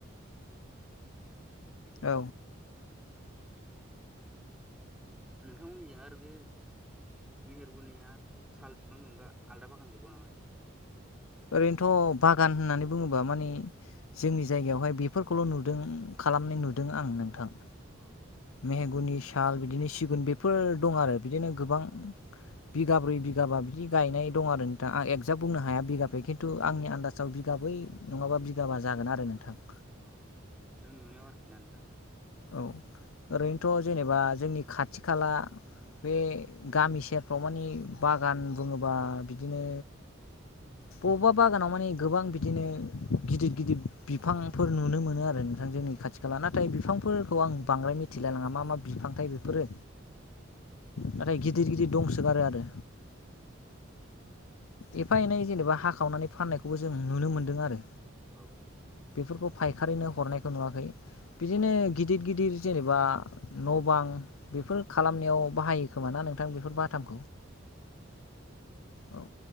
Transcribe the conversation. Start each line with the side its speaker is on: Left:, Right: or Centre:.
Centre: बिदि
Left: औ
Centre: ओम नोंथांमोननिजों आरो बे मेहेरगनियार साल फिफांनि अनगा आलदा बागान गैबवा नामा नोंथां
Left: ओरैनोथ' बागान होननानै बुङोबा माने जोंनि जायगायावहाय बेफोरखौल' नुदों खालामनाय नुदों आं नोंथां
Centre: औ
Left: मेहेगुनि साल बिदिनो सिगुन बेफोर दं आरो बिदिनो गोबां
Centre: औ
Left: बिगाब्रै बिगाबा बिदि गायनाय दं आरो नोंथां आं एकजाक बुंनो हाया बिगा बे खिन्थु आंनि आनदाजाव बिगाबै नङाबा बिगाबा जागोन आरो नोंथां।
Centre: औ नों नुनायाव आरोखि ना नोंथां।
Left: औ
Centre: औ
Left: ओरैनोथ' जेनेबा जोंनि खाथि-खाला बे गामि सेरफ्राव माने बागान बुङोबा बिदिनो बबेबा बागानाव माने गोबां बिदिनो गिदिर गिदिर बिफांफोर नुनो मोनो आरो थां जोंनि खाथि खाला नाथाय बिफांफोरखौ आं बांद्राय मिथिलायलाङा मा मा बिफांथाय बेफोरो नाथाय गिदिर गिदिर दंसोगारो आरो एफा एनै जेनेबा हाखावनानै फाननायखौबो जों नुनो मोनदों आरो
Centre: औ
Left: फोरखौ फायखारिनो हरनायखौ नुवाखै बिदिनो गिदिर गिदिर जेनेबा न'बां बेफोर खालामनायाव बाहायो खोमा ना नोंथां बेफोर बा ताम
Centre: ओम
Left: औ